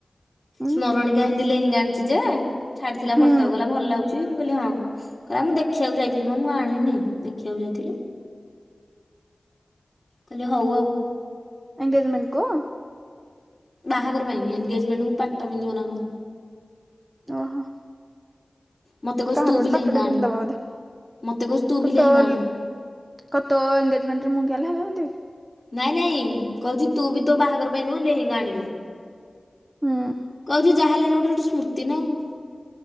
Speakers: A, on the right; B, on the left.
A: ଉଁ।
B: ସ୍ମରଣିକା ହେ ଲେହେଙ୍ଗା ଆାଣିଛି ଯେ ଛାଡିଥିଲା
A: ହୁଁ
B: ଫଟ କହିଲା ଭଲ ଲାଗୁଛି ମୁଁ କହିଲି ହଁ କହିଲା ମୁଁ ଦେଖିବାକୁ ଯାଇଥିଲି ମ ମୁଁ ଆଣିନି ଦେଖିବାକୁ ଯାଇଥିଲି। ତାଲେ ହଉ ଆଉ।
A: ଏଙ୍ଗେଜମେଣ୍ଟକୁ?
B: ବାହାଘର ପାଇଁ ଏନଗେଜମେଣ୍ଟ କୁ ପାଟ ପିନ୍ଧିବ ନା କଣ।
A: ଓହୋ।
B: ମତେ କହୁଛି
A: କହାର
B: ତୁ
A: ଗୋପେ
B: ବି ଲେହେଙ୍ଗା
A: ପାଟଟେ
B: ଆଣେ
A: ପିନ୍ଧି ଦବ ବୋଧେ
B: ମତେ କହୁଛି ତୁ ବି
A: କୁ
B: ଲେହେଙ୍ଗା
A: ତୋଲ
B: ଆଣେ।
A: କ ତୋ ଏଙ୍ଗଗେଜମେଣ୍ଟରେ ମୁଁ କିଆଁ ଲେହେଙ୍ଗା ପିନ୍ଧିବି?
B: ନାଇଁ ନାଇଁ କହୁଚି ତୁ ବି ତୋ ବାହାଘର ପାଇଁ ନୁହଁ ଲେହେଙ୍ଗା ଆଣିବୁ।
A: ହୁଁ
B: କଉଚି ଯା ହେଲେ ଏରା ଗୋଟେ ରେ ଗୋଟେ ସ୍ମୃତି ନା ଆଉ।